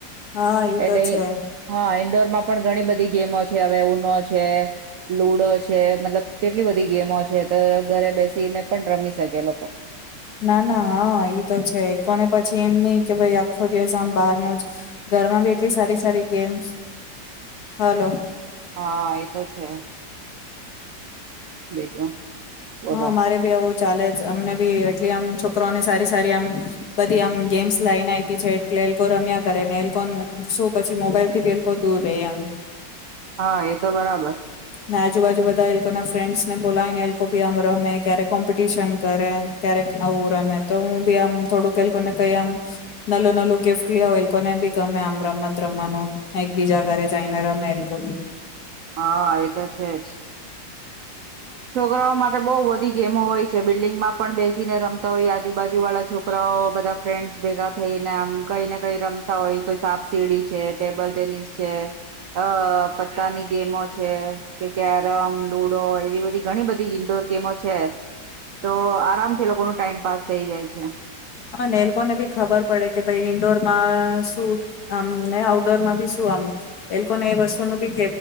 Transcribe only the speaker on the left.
હા એ
તો છે
ના, ના, હા, ઈ તો છે, કોને? પછી એમ નહીં કે ભાઈ, આખો દિવસ આમ બહાર નો જ. ઘરમાં બી એટલી સારી સારી ગેમ્સ, હલો.
હા, મારે ભી આવું ચાલે જ, અમને બી એટલી આમ છો. છોકરાને સારી સારી આમ બધી આમ ગેમ્સ લાઈન આપી છે, એટલે એ લોકો રમ્યા કરેને, એ શું, પછી મોબાઈલ થી બી એ લોકો દૂર રહે એમ.
ને આજુબાજુ બધા એ લોકો ના ફ્રેન્ડસ ને બોલાય ને, એ લોકો ભી આમ રમે, ક્યારેક કોમ્પિટિશન કરે, ક્યારેક આવું રમે, તો હું બી આમ થોડુંક એ લોકોને કઈ આમ નાલું નાલું ગિફ્ટ લઈ આવું, એ લોકોને બી ગમે આમ રમત રમવાનું, એક બીજા ઘરે જઈને રમે એ લોકો.
હા ને એ લોકોને બી ખબર પડે કે ભાઈ ઈન્ડોરમાં શું આમ ને આઉટડોરમાં ભી શું આમ એ લોકોને એ વસ્તુ ન ભી